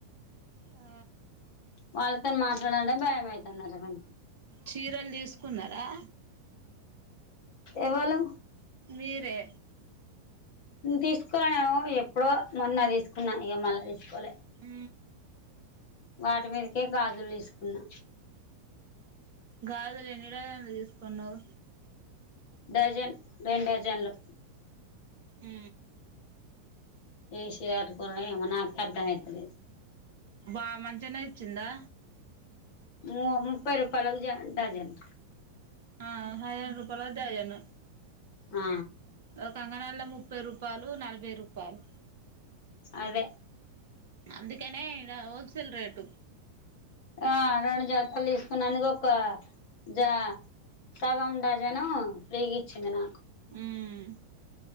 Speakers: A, on the right; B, on the left.
A: ఆ
B: వాళ్ళతో మాట్లాడంటే భయమయితుందంట వీనికి
A: చీరలు తీసుకున్నరా
B: ఎవలు
A: మీరే
B: తీసుకోవాల నేను ఎప్పుడో మొన్న తీసుకున్నా ఇగ మళ తీసుకోలె
A: ఊ
B: వాటి మీదకే గాజులు తీసుకున్నా
A: గాజులు ఎన్ని డజన్లు తీసుకున్నావు
B: డజన్ రెండు డజన్లు
A: ఊ
B: ఏ చీర కట్టుకునుడో ఏమో నాకే అర్థమైతలేదు
A: బా మంచిగానే ఇచ్చిందా
B: మో ముప్పై రూపాలకు జ డజన్
A: ఆ హదేన్ రూపాలకు డజను
B: ఆ
A: ఒ కంగనాల్ల ముప్పై రూపాలు నలభై రూపాలు
B: అదే
A: అందుకేనే ఇక్కడ హోల్సేల్ రేటు
B: ఆ రెండు జతలు తీసుకున్నందుకు ఒక్క జా సగం డజాను ఫ్రీగిచ్చింది నాకు
A: ఉమ్